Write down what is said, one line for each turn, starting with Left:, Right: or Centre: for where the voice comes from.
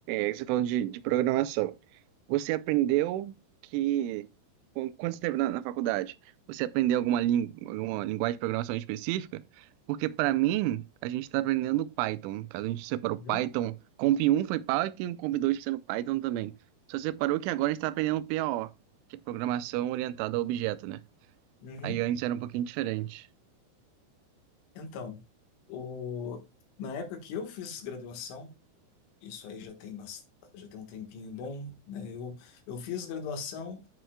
Right: é, você falando de, de programação, você aprendeu que quan- quando você esteve na, na faculdade, você aprendeu alguma, lin, alguma linguagem de programação específica? Porque para mim, a gente está aprendendo Python. No caso, a gente separou
Left: Uhum.
Right: Python, Comp um foi Python, Comp 2 está sendo Python também. Só separou que agora a gente está aprendendo PAO, que é Programação Orientada a Objeto, né?
Left: Uhum.
Right: Aí antes era um pouquinho diferente.
Left: Então, o- na época que eu fiz graduação, Isso aí já tem bast- já tem um tempinho bom, né? Eu, eu fiz graduação